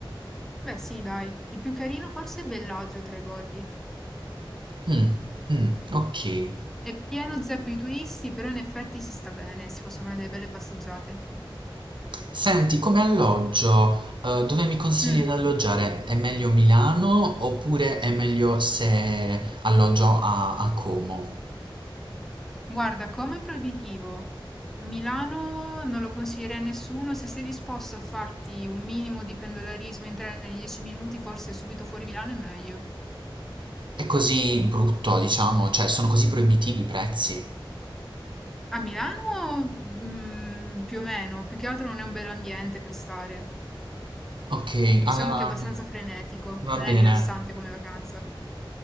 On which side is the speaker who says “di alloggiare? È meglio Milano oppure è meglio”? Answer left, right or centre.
Right